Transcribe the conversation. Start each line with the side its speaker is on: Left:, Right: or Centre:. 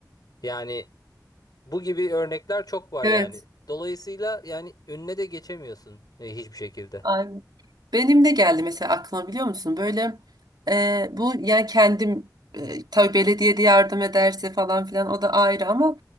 Left: Yani bu gibi örnekler çok var
Right: Evet.
Left: yani. Dolayısıyla yani önüne de geçemiyorsun e, hiçbir şekilde.
Right: Aynen. Benim de geldi mesela aklıma biliyor musun? Böyle e, bu yani kendim e, tabii belediye de yardım ederse falan filan o da ayrı ama